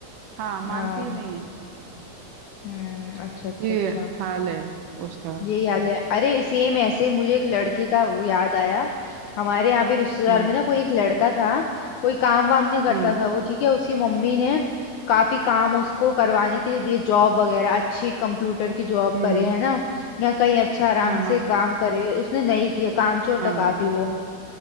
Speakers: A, on the right; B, on the left.
A: हाँ मानती
B: आ,
A: नहीं है
B: हम्म अच्छा अच्छा
A: ये
B: अच्छा
A: हाल है उसका
B: ये याद है अरे सेम ऐसे ही मुझे एक लड़के का वो याद आया हमारे यहाँ भी रिश्तेदार
A: हम्म।
B: में ना कोई एक लड़का था कोई काम वाम नहीं करता
A: हम्म
B: था वो ठीक है उसकी मम्मी ने काफी काम उसको करवाने के लिए दिए जॉब वगैरह अच्छी कंप्यूटर की जॉब
A: हम्म
B: करे है ना या कहीं अच्छा आराम
A: हाँ हाँ
B: से काम करे उसने नहीं किया कामचोर
A: हाँ
B: था
A: हाँ
B: काफी वो